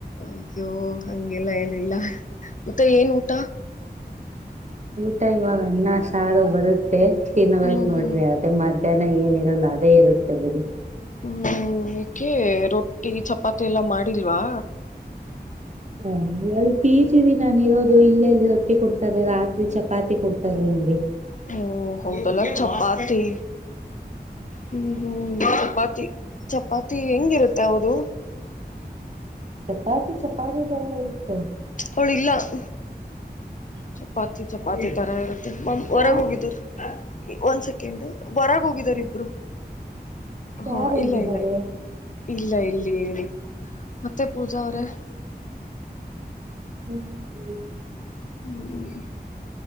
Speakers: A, on the left (about 50°); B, on the right (about 45°).
A: ಅಯ್ಯೋ, ಹಂಗೆಲ್ಲ ಏನಿಲ್ಲ. ಮತ್ತೆ ಏನ್ ಊಟ?
B: ಊಟ ಇವಾಗ ಅನ್ನ ಸಾರು ಬರುತ್ತೆ. ತಿನ್ಬೇಕ್
A: ಹ್ಮ್
B: ನೋಡ್ರಿ,
A: ಹ್ಮ್
B: ಅದು ಮಧ್ಯಾಹ್ನ ಏನ್ ಎಲ್ಲ ಅದೇ ಇರುತ್ತೆ ಬಿಡಿ.
A: ಹ್ಮ್ ಏಕೆ? ರೊಟ್ಟಿ, ಚಪಾತಿ ಎಲ್ಲಾ ಮಾಡಿಲ್ವಾ?
B: ಹ, ಅಲ್ಲಿ ಪೀಜಿ ರಿ ನಾನು ಇರೋ ಇಲ್ಲಿ ಎಲ್ ರೊಟ್ಟಿ ಕೊಡ್ತಾರೆ? ರಾತ್ರಿ <unintelligible> ಚಪಾತಿ ಕೊಡ್ತಾರೆ ಏನ್ರಿ?
A: ಓ ಹೌದಲ್ಲ, ಚಪಾತಿ. ಹ್ಮ ಹ್ಮ, ಚಪಾತಿ ಚಪಾತಿ ಹೆಂಗಿರುತ್ತೆ ಹೌದು?
B: ಚಪಾತಿ ಚಪಾತಿ ತರ ಇರುತ್ತೆ.
A: ಅವಳು ಇಲ್ಲ ಚಪಾತಿ ಚಪಾತಿ ತರ ಇ <unintelligible> <unintelligible> ಹೊರಗ್
B: ಯಾರ್
A: ಹೋಗಿದರ. ಒಂದ್ ಸೆಕೆಂಡ್, ಹೊರಗ್ ಹೋಗಿದ್ದಾರೆ ಇಬ್ <unintelligible> ಹ
B: ಯಾರ್ ಹೋಗಿದ್ದಾರೆ
A: ಇಲ್ಲ ಇಲ್ಲ. ಇಲ್ಲ ಇ ಇಲ್ಲಿ ಹೇಳಿ, ಮತ್ತೆ ಪೂರ್ತ್ ಜರ <unintelligible>
B: ಹ್ಮ್
A: ಹ್ಮ್.